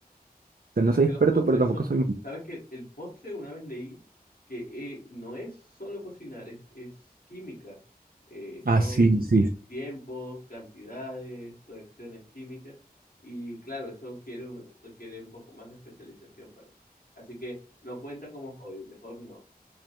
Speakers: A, on the right; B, on the left.
A: O sea,
B: Pero
A: no soy
B: es que
A: experto,
B: los postres
A: pero tampoco
B: son,
A: soy malo.
B: sabes que el postre una vez leí que eh, no es solo cocinar, es, es química. Eh,
A: Ah,
B: son
A: sí, sí.
B: tiempos, cantidades, reacciones químicas. Y claro, eso quiere un- requiere un poco más de especialización, parece. Así que no cuenta como hobby, mejor no.